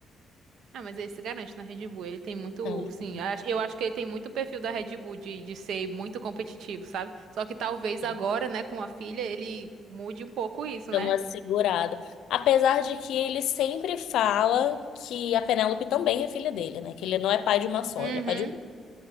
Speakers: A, on the right (about 75°); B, on the left (about 80°).
A: Ah, mas ele se garante na Red Bull. Ele tem muito,
B: Não, ele
A: sim,
B: vai.
A: ach- eu acho que ele tem muito o perfil da Red Bull de, de ser muito competitivo, sabe? Só que talvez agora,
B: é.
A: né, com a filha, ele mude um pouco isso,
B: Dá
A: né?
B: uma segurada. Apesar de que ele sempre fala que a Penélope também é filha dele, né? Que ele não é pai de uma só,
A: Uhum.
B: ele é pai de duas.